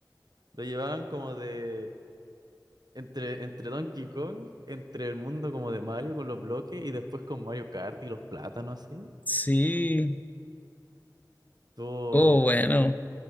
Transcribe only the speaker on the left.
sí,
Oh bueno.